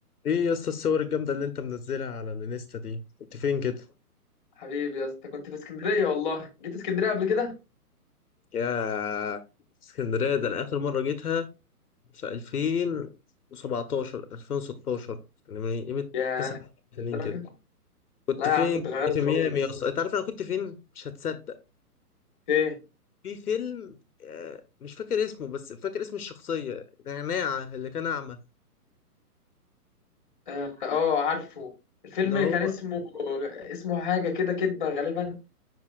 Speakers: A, on the left; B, on the left.
A: ايه يا اسطى الصور الجامدة اللي انت منزلها على الانستا دي انت فين كده
B: حبيبي يا اسطى كنت في اسكندرية والله جيت اسكندرية قبل كده
A: يا اسكندرية ده أنا آخر مرة جيتها في 2017 2016 يعني من قيمة
B: ياه
A: تسع سنين
B: للدرجة
A: كده كنت
B: لا
A: فين؟
B: يا عم اتغيرت
A: كنت في
B: خالص
A: ميامي يا اسطى أنت عارف أنا كنت فين؟ مش هتصدق
B: ايه
A: في فيلم آه، مش فاكر اسمه بس فاكر اسم الشخصية نعناع اللي كان أعمى
B: اه آه، عارفه الفيلم
A: اللي هو
B: كان اسمه اسمه حاجة كده كدبة غالبا